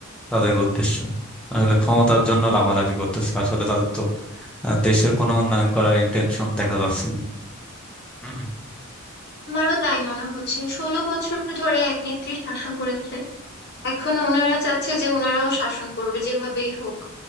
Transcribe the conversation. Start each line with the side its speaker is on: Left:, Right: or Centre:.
Centre: তাদের উদ্দেশ্য আসলে ক্ষমতার জন্য লাভালাভি করতেছে আসলে তাদের তো আহ, দেশের কোনো উন্নয়ন করার ইন্টেনশন দেখা যাচ্ছে না হুম,
Left: আমারও তাই মনে হচ্ছে ষোলো বছর ধরে এক নেত্রী শাসন করেছে এখন ওনারা চাচ্ছে যে ওনারাও শাসন করবে যেভাবেই হোক